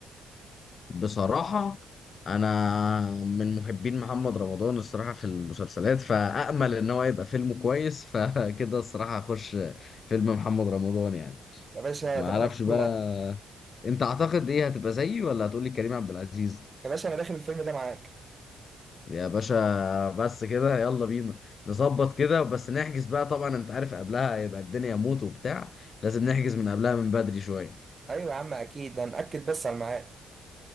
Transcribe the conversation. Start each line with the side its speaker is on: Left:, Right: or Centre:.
Left: بصراحه انا من محبين محمد رمضان الصراحه في المسلسلات فامل ان هو يبقى فيلمه كويس <laughs> فكده الصراحه هخش فيلم محمد رمضان يعني
Right: يا باشا
Left: ما
Right: طب
Left: اعرفش
Right: أنا داخله
Left: بقى
Right: معاك
Left: انت اعتقد ايه هتبقى زيي ولا هتقولي كريم عبد العزيز
Right: يا باشا أنا داخل الفيلم ده معاك
Left: يا باشا بس كده يلا بينا نظبط كده بس نحجز بقى طبعا انت عارف قبلها هيبقى الدنيا موت وبتاع لازم نحجز من قبلها من بدري شوية
Right: أيوة يا عم أكيد ده نأكد بس على الميعاد